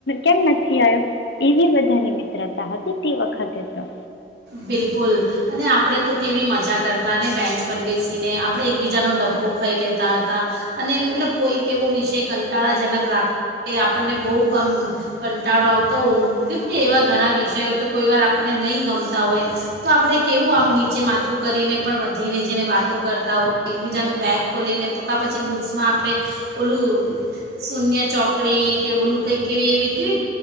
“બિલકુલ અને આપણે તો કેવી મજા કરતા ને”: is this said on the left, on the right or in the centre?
Right